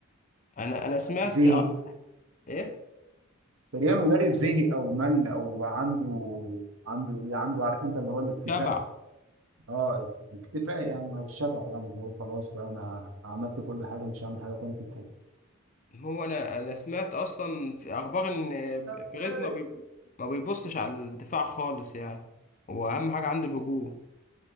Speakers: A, on the left; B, on the right.
A: انا انا سمعت
B: زهق
A: آه، ايه
B: تقريبا المدرب زهق او مل او عنده عنده ايه عنده عارف انت اللي هو الاكتفاء
A: تبع
B: اه اكتفاء يعني او الشبع يعني اللي هو خلاص بقى انا عملت كل حاجه مش هعمل حاجه تانيه في
A: هو انا انا سمعت اصلا في اخبار ان
B: الكوره
A: بريز ما بيب... ما بيبصش على الدفاع خالص يعني هو اهم حاجه عنده الهجوم